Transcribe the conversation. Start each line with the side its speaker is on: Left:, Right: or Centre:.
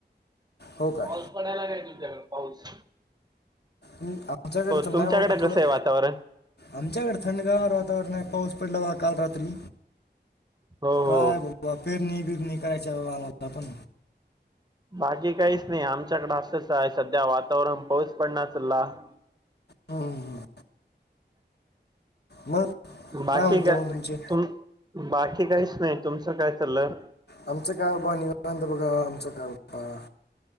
Left: हो का?
Right: पाऊस पडायलाय काय तुमच्याकडे पाऊस
Left: आमच्याकडे तर नाही
Right: तुमच्याकडे
Left: बाबा थोडं
Right: कसं आहे वातावरण
Left: आमच्याकडे थंडगार वातावरण आहे पाऊस पडलाय काल रात्री
Right: हो हो
Left: काय ब पेरणी बिरणी करायच्या बा आम्हाला पण
Right: बाकी काहीच नाही आमच्याकडे असंच आहे सध्या वातावरण पाऊस पडणाला तर
Left: हम्म, हम्म. मग
Right: बाकी
Left: काय म्हणता
Right: का
Left: मग तुमचे
Right: तुम बाकी काहीच नाही तुमचं काय चालं
Left: आमचं काय बाबा निवांत बघा आमचं काय बाबा